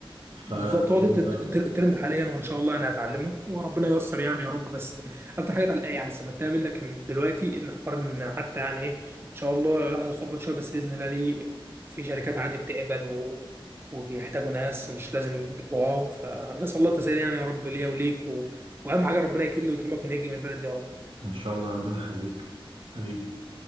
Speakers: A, on the right; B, on the right.
A: ف
B: بالظبط هو ده الت-
A: <laughs>
B: الت- الترند حاليا وان شاء الله انا هتعلمه وربنا ييسر يعني يا رب بس اكتر حاجه اتعل- يعني استفدتها منك إن دلوقتي ان حوار ان حتى يعني ايه ان شاء الله الواحد يخبط شويه بس باذن الله ليه في شركات عادي بتقبل و... وبيحتاجوا ناس مش لازم واو فنسال الله التسهيل يعني يا رب ليا وليك و... واهم حاجه ربنا يكرمني ويكرمك ونهج من البلد دي يا رب
A: ان شاء الله ربنا يخليك حبيبي